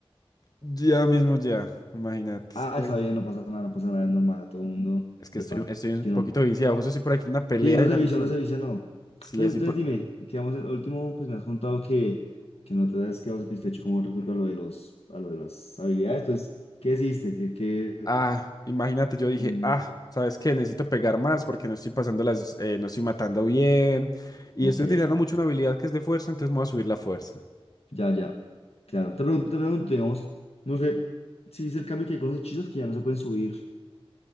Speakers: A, on the left (about 40°); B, on the left (about 80°).
A: ya mismo ya. Imagínate,
B: Ah,
A: es que,
B: está bien, no pasa nada, no pasa nada, es normal, a todo el mundo
A: es que
B: le
A: estoy,
B: pasa.
A: estoy un
B: Que no.
A: poquito viciado. Justo estoy por aquí en una pelea
B: Sí, uno
A: de una
B: se vicia,
A: misión.
B: uno se vicia, no.
A: Sí,
B: Entonces,
A: estoy
B: entonces
A: por...
B: dime, quedamos en el último, pues me has contado que, que no te has quedado satisfecho con respecto a lo de los, a lo de las habilidades. Entonces, ¿qué hiciste? ¿Qué, qué,
A: Ah, imagínate, yo dije,
B: em,
A: ah, ¿sabes qué? Necesito pegar más porque no estoy pasando las, eh, no estoy matando bien y
B: ok.
A: estoy utilizando mucho una habilidad que es de fuerza, entonces me voy a subir la fuerza.
B: Ya, ya, claro. Te pregunto, te pregunto, digamos, no sé si es el cambio que hay con los hechizos que ya no se pueden subir